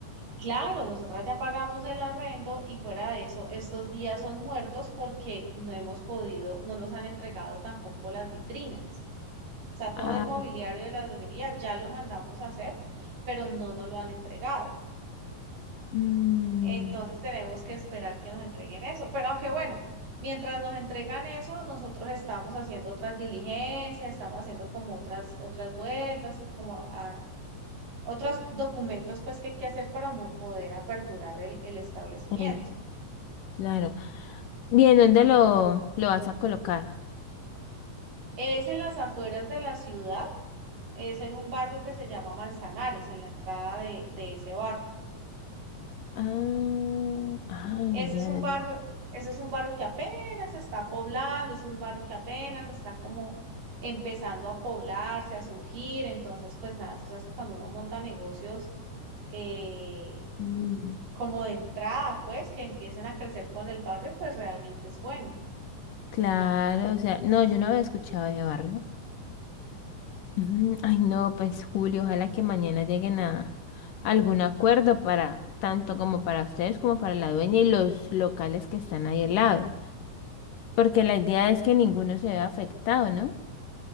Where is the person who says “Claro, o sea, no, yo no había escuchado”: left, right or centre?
Left